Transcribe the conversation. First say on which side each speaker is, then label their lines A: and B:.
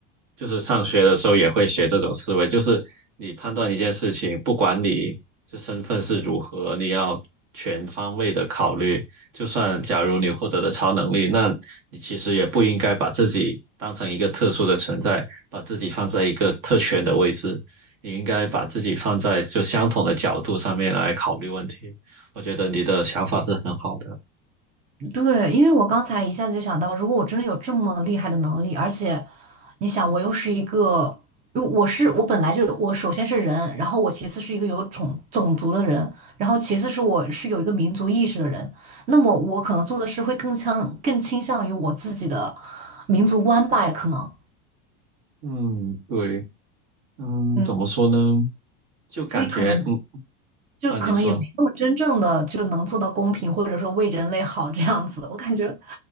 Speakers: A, on the right; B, on the right.
A: 就是上学的时候也会学这种思维，就是你判断一件事情，不管你这身份是如何，你要全方位的考虑。就算假如你获得了超能力，那你其实也不应该把自己当成一个特殊的存在，把自己放在一个特权的位置。你应该把自己放在就相同的角度上面来考虑问题。我觉得你的想法是很好的。
B: 对，因为我刚才一下子就想到，如果我真的有这么厉害的能力，而且你想，我又是一个，因为我是我本来就我首先是人，然后我其次是一个有种种族的人，然后其次是我是有一个民族意识的人，那么我可能做的事会更倾更倾向于我自己的民族观吧，可能。
A: 嗯，对，嗯，
B: 嗯。
A: 怎么说呢？就感觉，
B: 所以可能
A: 嗯，
B: 就可能也没那么真正的就能做到公平，
A: 啊，你说，
B: 或者说为人类好这样子。我感觉，